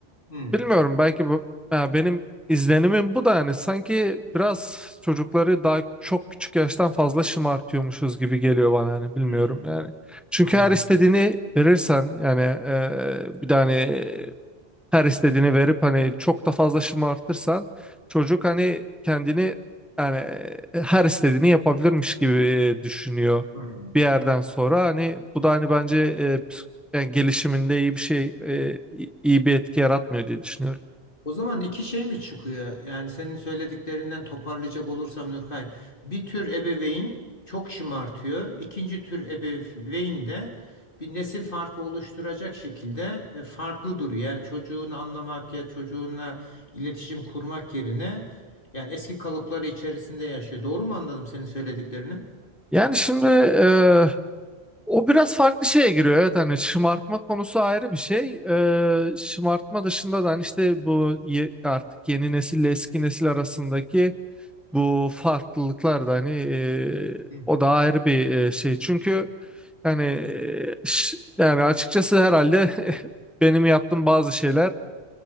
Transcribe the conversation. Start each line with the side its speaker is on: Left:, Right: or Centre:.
Left: Hmm,
Centre: Bilmiyorum belki bu, ya benim izlenimim bu da yani sanki biraz çocukları daha çok küçük yaştan fazla şımartıyormuşuz gibi geliyor bana hani bilmiyorum
Left: hmm,
Centre: yani. Çünkü
Left: anladım.
Centre: her istediğini verirsen yani e, bir tane her istediğini verip hani çok da fazla şımartırsan çocuk hani kendini yani e, her istediğini yapabilirmiş gibi e, düşünüyor
Left: Hmm.
Centre: bir yerden sonra hani bu da hani bence e, ps- yani gelişiminde iyi bir şey e, i- iyi bir etki yaratmıyor diye düşünüyorum.
Left: O zaman iki şey mi çıkıyor? Yani senin söylediklerinden toparlayacak olursam Nurkay, bir tür ebeveyn çok şımartıyor. İkinci tür ebeveyn de bir nesil farkı oluşturacak şekilde e, farklı duruyor. Yani çocuğunu anlamak ya çocuğunla iletişim kurmak yerine yani eski kalıpları içerisinde yaşıyor. Doğru mu anladım senin söylediklerini?
Centre: Yani şimdi e, o biraz farklı şeye giriyor. Evet hani şımartma konusu ayrı bir şey. E, şımartma dışında da hani işte bu ye- artık yeni nesille eski nesil arasındaki bu farklılıklar da hani e,
Left: Hı,
Centre: o da ayrı bir e, şey. Çünkü yani e, ş- yani açıkçası herhalde <laughs> benim yaptığım bazı şeyler